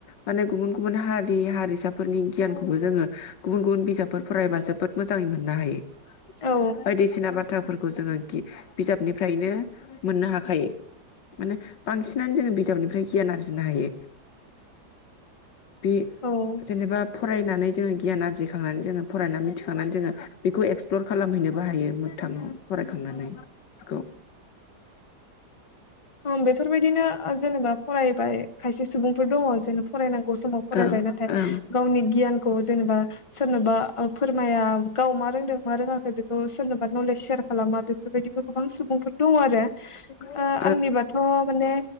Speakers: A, on the left (about 80°); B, on the left (about 30°).
A: माने गुबुन गुबुन हारि हारिसाफोरनि गियानखौबो जोङो गुबुन गुबुन बिजाबफोर फरायबा जोबोद मोजाङै मोननो हायो।
B: औ
A: बायदिसिना बा थ्राफोरखौ जोङो गि बिजाबनिफ्रायनो मोननो हाखायो। मानो बांसिनानो जोङो बिजाबनिफ्राय गियान आरजिनो हायो। बे
B: औ
A: जेनेबा फरायनानै जोङो गियान आरजिखांनानै जोङो फरायनानै मिथिखांनानै जोङो बेखौ एक्सप्लर खालामहैनोबो हायो। थां फरायखांनानै औ
B: ओं बेफोरबायदिनो जेनेबा फरायबाय खायसे सुबुंफोर दङ' जेन फरायनांगौ समाव फरायबाय।
A: ओं
B: नाथाय
A: ओं
B: गावनि गियानखौ जेनेबा सोरनोबा ओ फोरमाया गाव मा रोंदों मा रोङाखै बेखौ सोरनोबा नलेज सेयार खालामा बेफोरबायदिबो गोबां सुबुंफोर दङ' आरो
A: <inaudible>
B: ओ आंनिबाथ' माने